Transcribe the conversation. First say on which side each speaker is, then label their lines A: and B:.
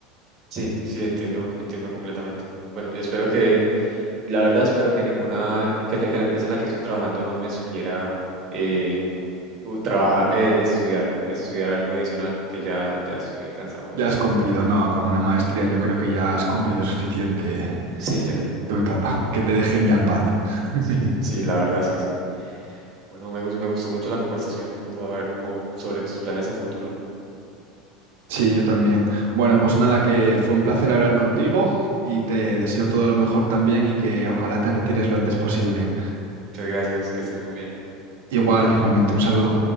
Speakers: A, on the right; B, on the right.
A: Sí, sí, entiendo, entiendo completamente. Bueno, espero que, la verdad, espero que ninguna, que, la que la empresa en la que estoy trabajando no me sugiera eh, u- trabajar, eh, estudiar, estudiar algo adicional porque ya, ya estoy cansado
B: Ya
A: de estudiar.
B: has cumplido, no, con una maestría yo creo que ya has cumplido suficiente
A: Sí, ya,
B: tu etapa, que te dejen ya en paz. <laughs>
A: sí, sí, la verdad es que sí. Bueno, me, gus- me gustó mucho la conversación, pues, a ver como sobre tus planes a futuro.
B: Sí, yo también. Bueno, pues nada, que fue un placer hablar contigo y te deseo todo lo mejor también y que ojalá te retires lo antes posible.
A: Muchas gracias, que estés muy bien.
B: Igual, igualmente, un saludo.